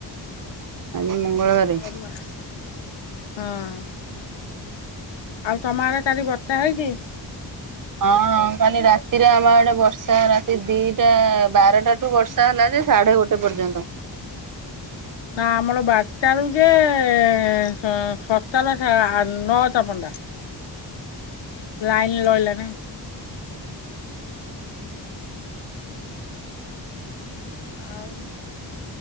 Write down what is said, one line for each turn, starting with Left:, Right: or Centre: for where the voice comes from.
Right: ଆଜି ମଙ୍ଗଳବାରେ
Left: ଅରୁଆ ହଁ। ଆଉ ତମ ଆଡେ କାଲି ବର୍ଷା ହେଇଚି।
Right: ହଁ କାଲି ରାତି ରେ ଆମ ଆଡେ ବର୍ଷା ରାତି ଦିଟା ବାରଟାଠୁ ବର୍ଷା ହେଲା। ଗୋଟେ ସାଢେ ଗୋଟେ ପର୍ଯ୍ୟନ୍ତ।
Left: ନା ଆମଲ ବାର୍ଟା ବେଳ ଯାଏ ସେ ସତାଲା ସାଆ ନଅଟା ପନ୍ଦା ଲାଇନ୍ ଲହିଲା ନେଇ ଆଉ।